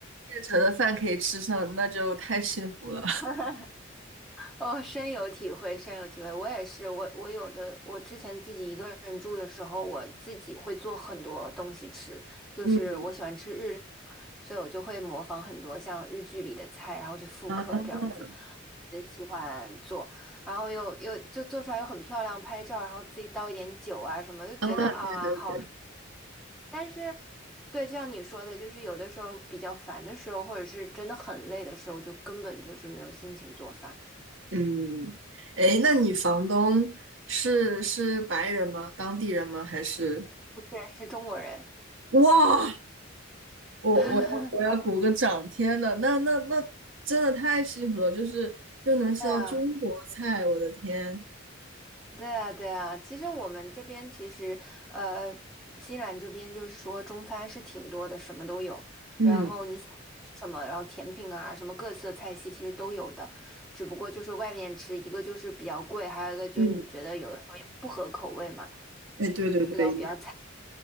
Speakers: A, on the right; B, in the centre.
A: 现成的饭可以吃上，那就太幸福了。
B: <laughs> 哦，深有体会，深有体会。我也是，我我有的，我之前自己一个人住的时候，我自己会做很多东西吃，就是我喜欢吃日料嘛，
A: <laughs> 嗯
B: 所以我就会模仿很多像日剧里的菜，然后去复刻这样子。
A: 啊。
B: 也喜欢做，然后又又就做出来又很漂亮，拍照，然后自己倒一点酒啊什么，就觉得啊好。
A: 啊，对对对，
B: 但是，对，就像你说的，就是有的时候比较烦的时候，或者是真的很累的时候，就根本就是没有心情做饭。
A: 嗯，哎，那你房东是是白人吗？当地人吗？还是？
B: 不是，是中国人。
A: 哇，我我要我要鼓个掌！
B: <laughs>
A: 天呐，那那那真的太幸福了，就是又能吃到中国菜，
B: 对啊。
A: 我的天！
B: 对啊，对啊，其实我们这边其实，呃，新西兰这边就是说中餐是挺多的，什么都有。
A: 嗯
B: 然后你想吃什么，然后甜品啊，什么各色菜系其实都有的。只不过就是外面吃，一个就是比较贵，还有一个就是你觉得有的时候也不合口味嘛。
A: 嗯，哎，对对对，
B: 比较。
A: 一样